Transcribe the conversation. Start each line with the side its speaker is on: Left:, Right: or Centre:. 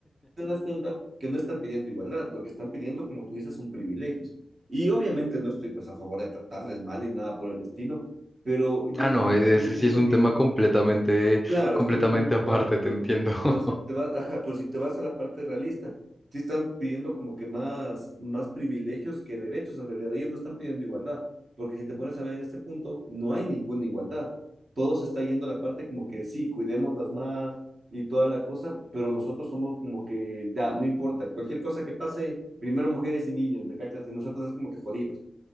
Right: te das cuenta que no están pidiendo igualdad, lo que están pidiendo, como tú dices, son privilegios. Y obviamente no estoy pues a favor de tratarles mal ni nada por el estilo, pero yo
Centre: Ah,
Right: creo
Centre: no,
Right: que
Centre: e-
Right: es un
Centre: ese
Right: punto
Centre: sí es un
Right: que
Centre: tema completamente,
Right: Claro,
Centre: completamente
Right: es completamente
Centre: <laughs> aparte,
Right: aparte, pero,
Centre: te entiendo. <laughs>
Right: pero si te vas, ajá, pero si te vas a la parte realista, sí están pidiendo como que más, más privilegios que derechos en realidad, ellos no están pidiendo igualdad, porque si te pones a ver en este punto, no hay ninguna igualdad, todo se está yendo a la parte como que sí, cuidemos las más y toda la cosa, pero nosotros somos como que ya, no importa, cualquier cosa que pase, primero mujeres y niños, ¿me cachas? Y nosotros es como que jodidos.